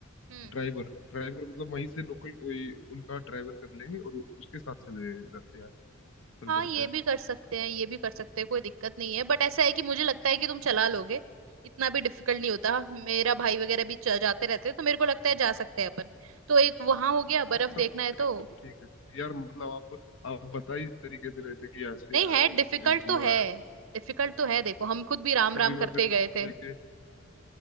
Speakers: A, on the right (about 70°); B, on the left (about 65°).
A: हम्म
B: ड्राइवर ड्राइवर मतलब वहीं से लोकल कोई उनका ड्राइवर कर लेंगे और उसके साथ चले जाते हैं चल
A: हाँ
B: पड़ते
A: ये
B: हैं
A: भी कर सकते हैं ये भी कर सकते हैं कोई दिक्कत नहीं है बट ऐसा है कि मुझे लगता है कि तुम चला लोगे इतना भी डिफिकल्ट नहीं होता मेरा भाई वगैरह भी च- जाते रहते हैं तो मेरे को लगता है जा सकते हैं अपन तो एक वहां हो गया बर्फ
B: अच्छा
A: देखना
B: फिर
A: है तो
B: तो ठीक है यार मतलब आप आप बता ही इस तरीके से रहे थे कि ऐसे
A: नहीं
B: है
A: है डिफिकल्ट
B: वो
A: तो है
B: है
A: डिफिकल्ट तो है देखो हम खुद भी राम
B: कभी
A: राम करते
B: मैं फिर
A: गए थे
B: लेके